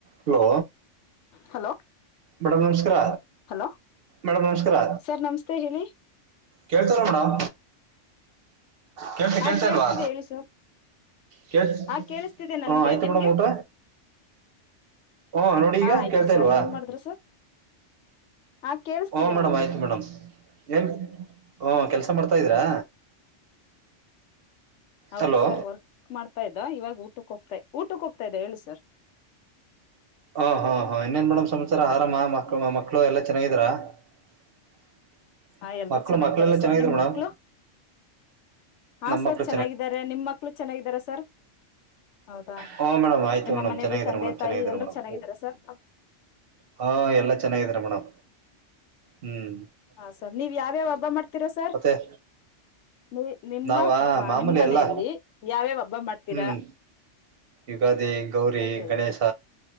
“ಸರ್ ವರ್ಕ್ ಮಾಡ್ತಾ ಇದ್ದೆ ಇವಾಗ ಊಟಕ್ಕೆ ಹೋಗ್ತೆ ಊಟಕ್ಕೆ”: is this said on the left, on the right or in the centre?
Left